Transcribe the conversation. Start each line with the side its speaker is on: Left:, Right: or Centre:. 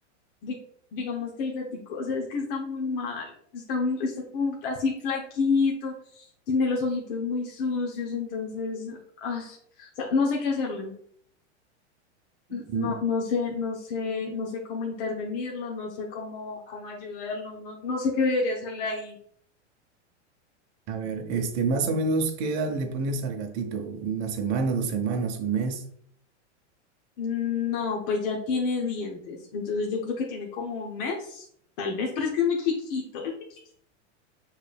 Left: di- digamos que el gatico, o sea, es que está muy mal, está, mu- está como así flaquito, tiene los ojitos muy sucios, entonces, ah, o sea, no sé qué hacerle, n-
Right: Mm,
Left: no, no sé, no sé, no sé cómo intervenirlo, no sé cómo, cómo ayudarlo, no, no sé qué debería hacerle ahí.
Right: A ver, este, más o menos, ¿qué edad le pones al gatito? ¿Una semana, dos semanas, un mes?
Left: No, pues ya tiene dientes, entonces yo creo que tiene como un mes, tal vez, pero es que es muy chiquito, es muy chiquito.